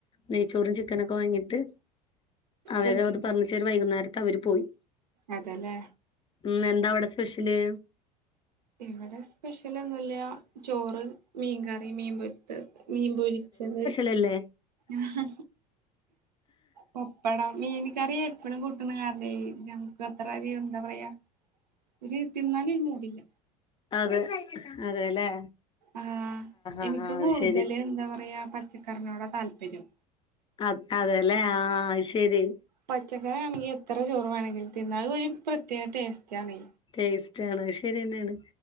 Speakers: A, on the left; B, on the right.
A: നെയ്ച്ചോറും ചിക്കനൊക്കെ വാങ്ങീട്ട് അവരെത്
B: വെച്ചിണ്ടാവും
A: പറഞ്ഞ് വർ വൈകുന്നേരത്തവര് പോയി
B: അതെല്ലേ
A: ഉം എന്താ അവടെ സ്പെഷ്യല്?
B: ഇവടെ സ്പെഷ്യലോന്ന്ല്ല ചോറ് മീൻകറി മീൻപൊരി ത് മീൻപൊരിച്ചത്
A: തല്ലേ
B: ആഹാ പപ്പടം മീൻക്കറി എപ്പഴും കൂട്ടുന്ന കാരണെ ഞമ്മക്ക് അത്ര ഒര് എന്താ പറയാ ഒര് തിന്നാനോരു മൂഡ് ഇല്ല.
A: അതെ അതെല്ലേ
B: ആഹ്
A: ആഹ്
B: എനിക്ക്
A: ആഹ്
B: കൂടുതല്
A: അത് ശരി
B: എന്താ പറയാ പച്ചക്കറിനോടാ താല്പര്യം.
A: അത് അതെല്ലേ ആഹ് അത് ശരി.
B: പച്ചക്കറി ആണെങ്കി എത്ര ചോറ് വേണെങ്കിലും തിന്നാ അതോരു പ്രത്യേക ടേസ്റ്റ് ആണെ.
A: ടേസ്റ്റാണ് അത് ശരിന്നെയാണ്